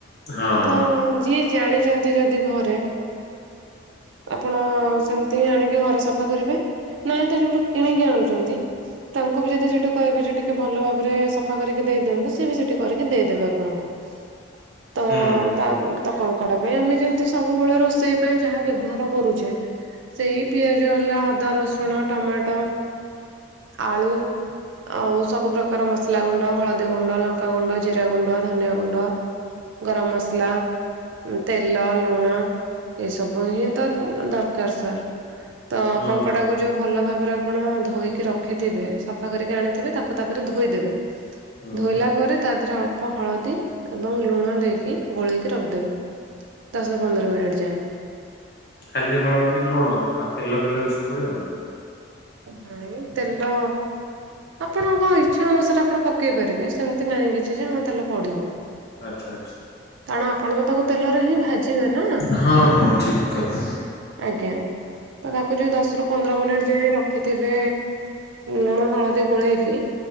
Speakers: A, on the left; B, on the right.
A: ହଁ
B: ତ ଯିଏ ଜାଣିଚ ଯଦି ଘରେ ଆପଣ ସେମିତି ଆଣି ଘର ସଫା କରିବେ ନାଇଁ ତ ଯୋଉଠୁ କିଣିକି ଆଣୁଚନ୍ତି ତାଙ୍କୁ ବି ଯଦି ସେଠୁ କହିବେ ଯେ ଟିକେ ଭଲ ଭାବରେ ସଫା କରିକି ଦେଇଦିଅନ୍ତୁ ସିଏ ବି ସେଠି କରିକି ଦେଇଦେବେ ଆପଣଙ୍କୁ।
A: <inaudible>
B: ତ
A: ହୁଁ।
B: ତା ତ କଙ୍କଡା ପାଇଁ ଆମେ ଯେମତି ସବୁବେଳେ ରୋଷେଇ ପାଇଁ ଯାହା ବ୍ୟବହାର କରୁଚେ ସେଇ ପିଆଜ ହେଲା, ଅଦା, ରସୁଣ, ଟମାଟୋ, ଆଳୁ। ଆଉ ସବୁ ପ୍ରକାର ମସଲା ଗୁଣ୍ଡ, ହଳଦୀ ଗୁଣ୍ଡ, ଲଙ୍କା ଗୁଣ୍ଡ, ଜିରା ଗୁଣ୍ଡ, ଧନିଆ ଗୁଣ୍ଡ। ଗରମ ମସଲା। ଉଁ ତେଲ, ଲୁଣ, ଏସବୁ ହିଁ ତ ଦରକାର ସାର୍। ତ
A: ହୁଁ
B: କଙ୍କଡାକୁ
A: ହୁଁ
B: ଯୋଉ ଭଲ ଭାବରେ ଆପଣ ଧୋଇକି ରଖିଥିବେ ସଫା କରିକି ଆଣିଥିବେ ତାକୁ ତାପରେ ଧୋଇଦେବେ।
A: ହୁଁ
B: ଧୋଇଲା ପରେ ତା ଦେହରେ ଅଳ୍ପ ହଳଦୀ ଏବଂ ଲୁଣ ଦେଇକି ଗୋଳେଇକି ରଖିଦେବେ। ଦଶ ପନ୍ଦର ମିନିଟ୍ ଯାଏଁ।
A: ଖାଲି ହଳଦୀ, ଲୁଣ, ଆଉ ତେଲ ଫେଲ କିଛି ପଡିବନି?
B: ନାଇଁ ତେଲ ଆପଣଙ୍କ ଇଚ୍ଛା ଅନୁସାରେ ଆପଣ ପକେଇ ପାରିବେ ସେମତି ନାହିଁ କିଛି ଯେ ହଁ ତେଲ ପଡିବ।
A: ଆଚ୍ଛା ଆଚ୍ଛା।
B: କାରଣ ଆପଣ ବି ତାକୁ ତେଲରେ ହିଁ ଭାଜିବେ ନା
A: ହଁ ହଁ ଠିକ କଥା
B: ଆଜ୍ଞା। ତ ତାକୁ ଯୋଉ ଦଶରୁ ପନ୍ଦର ମିନିଟ ଯାଏଁ ରଖିଥିବେ ଲୁଣ ହଳଦୀ ଗୋଳେଇକି